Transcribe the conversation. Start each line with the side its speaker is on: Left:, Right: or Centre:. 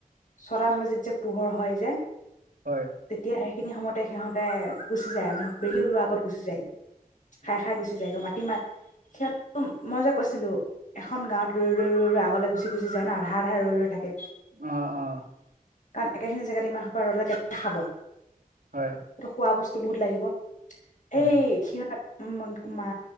Left: ছয়টা মান বজাত যে পোহৰ হয় যে
Right: হয়
Left: তেতিয়া সেইখিনি সময়তে সিহঁতে গুচি যায় মান বেলি ওলোৱা আগত গুচি যায়গৈ খাই খাই গুচি যায়গৈ মাটি মাৰ সিহঁতো মই যে কৈছিলো এখন গাঁৱত ৰৈ ৰৈ ৰৈ ৰৈ আগলে গুচি গুচি যায় ন আধা আধা ৰৈ ৰৈ থাকে
Right: অ অ
Left: কাৰণ একেখিনি জেগাত ইমাহ সোপা ৰলে কেনেকে নো খাব
Right: হয়
Left: ৰখোৱা বস্তু বুত লাগিব <unintelligible>
Right: হয়
Left: এই সিহঁত উ মা